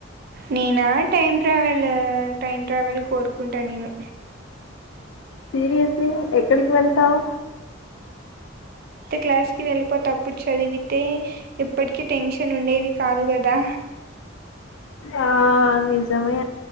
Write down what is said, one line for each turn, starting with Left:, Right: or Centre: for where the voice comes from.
Right: నీనా టైం ట్రావల్ ట్రైన్ ట్రావెల్ కోరుకుంటా నేను
Left: సీరియస్లీ ఎక్కడికి వెళ్తావు
Right: క్లాస్ కి వెళ్ళిపోతప్పుడు చదివితే ఇప్పటికి టెన్షన్ ఉండేది కాదు గదా
Left: ఆ నిజమే